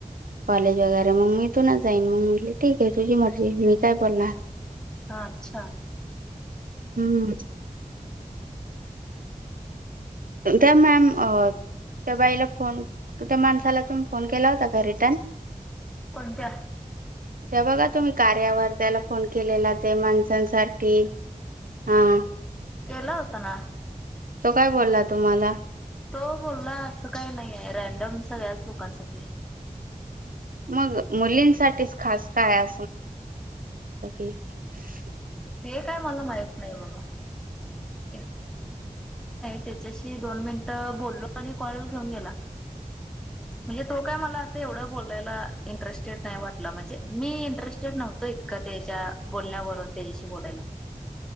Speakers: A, on the right; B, in the centre.
A: કોલેજ વગેરે મ તું ના જાઈન ઠીકે તુજી મરજી મી કાઈ બોલના
B: હ અચ્છા.
A: હમમમ ત મેમ અ ત બાઈલા ફોન તે માણસાલા તુમ ફોન કેલા હતા કાય રિટર્ન
B: કોન્તા
A: તે બગા તુમી કર્યા વાર તેલ ફોન કેલેલા તે માનસા સાઠી હા
B: કેલા ઉતાના
A: તો કાઈ બોલલા તુમાલા
B: તો બોલલા અસા કાઈ નહી રેન્ડમ <unintelligible>
A: મગ મુલી સાઠી ખાસ કાય <unintelligible>
B: તે કાઈ માલ માહિત નાય વ <unintelligible> તેચેસી દોન મિન્ટ બોલલો અને કોલ ઘેઉન ધીલા
A: <unintelligible>
B: મજ તો કાય માલ અસ્તે ઓઢ બોલેલા ઇન્ટરેસ્ટેટ નાય વાટલા મંજે મી ઇન્ટરેસ્ટેડ નહોતો ઇતક તે ચા બોલના વરુણ તેચેસી બોલાયલા